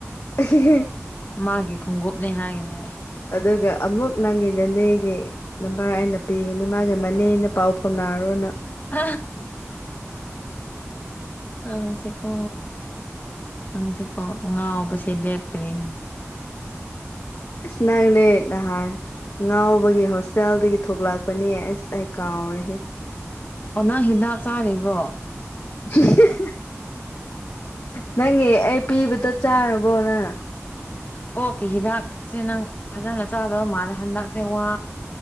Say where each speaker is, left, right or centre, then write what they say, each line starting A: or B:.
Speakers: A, on the left; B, on the left.
A: ꯍ
B: ꯃꯥꯒꯤ ꯈꯣꯡꯎꯞꯅꯦ ꯍꯥꯏꯒꯅꯤ
A: ꯑꯗꯨꯒ ꯑꯃꯨꯛ ꯅꯪꯒꯤ ꯅꯦꯅꯦꯒꯤ ꯅꯝꯕꯔ ꯑꯩꯅ ꯄꯤꯒꯅꯤ ꯃꯥꯒꯤ ꯃꯅꯦꯅ ꯄꯥꯎ ꯐꯥꯎꯅꯔꯣꯅ
B: ꯑ ꯅꯪꯁꯤꯀꯣ ꯅꯪꯁꯤꯀꯣ ꯉꯥꯎꯕꯁꯦ ꯂꯦꯞꯇ꯭ꯔꯤꯅꯦ
A: ꯁ ꯅꯪꯅꯦ ꯅꯍꯥꯟ ꯉꯥꯎꯕꯒꯤ ꯍꯣꯁꯇꯦꯜꯗꯒꯤ ꯊꯣꯛꯂꯛꯄꯅꯦ ꯑꯁ ꯑꯩ ꯀꯥꯎꯔꯦꯍꯦ
B: ꯀꯅꯥꯛ ꯍꯤꯗꯥꯛ ꯆꯥꯔꯤꯕ꯭ꯔꯣ
A: <unintelligible> ꯅꯪꯒꯤ ꯑꯩ ꯄꯤꯕꯗꯣ ꯆꯥꯔꯕꯣ ꯅꯪ
B: ꯀꯣꯛꯀꯤ ꯍꯤꯗꯥꯛꯁꯦ ꯅꯪ ꯐꯖꯅ ꯆꯥꯗꯕ ꯃꯥꯜꯂꯦ ꯍꯟꯗꯛꯁꯦ ꯋꯥ